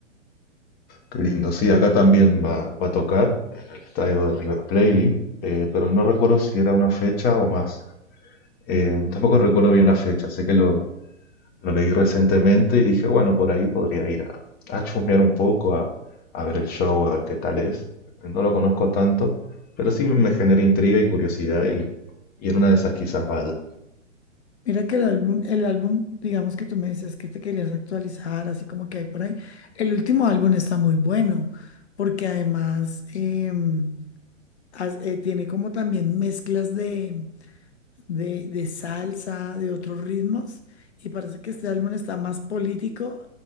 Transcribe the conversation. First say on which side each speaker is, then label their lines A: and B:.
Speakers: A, on the left; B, on the left.
A: Qué lindo, sí, acá también va, va a tocar en el estadio de River Plate, vi, eh, pero no recuerdo si era una fecha o más. Eh, tampoco recuerdo bien la fecha, sé que lo, Lo leí recientemente y dije, bueno, por ahí podría ir a, a chusmear un poco, a, a ver el show, a ver qué tal es. No lo conozco tanto, pero sí me genera intriga y curiosidad y, y en una de esas quizás vaya.
B: Mira que el álbum, el álbum, digamos que tú me decías que te querías actualizar, así como que hay por ahí. El último álbum está muy bueno, porque además em, has- eh, tiene como también mezclas de, de, de salsa, de otros ritmos, y parece que este álbum está más político,